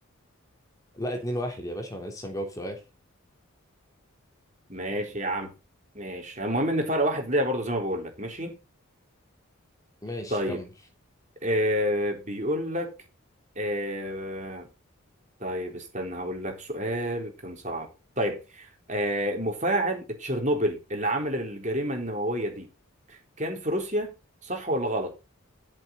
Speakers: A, on the left; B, on the right.
A: لا اتنين واحد يا باشا وانا لسه مجاوب سؤال
B: ماشي يا عم ماشي المهم إن فرق واحد ليا برضو زي ما بقول لك ماشي
A: ماشي
B: طيب
A: كمل
B: آه بيقول لك آه طيب استنى هقول لك سؤال كان صعب طيب آه مفاعل تشيرنوبل اللي عمل الجريمة النووية دي كان في روسيا صح ولا غلط؟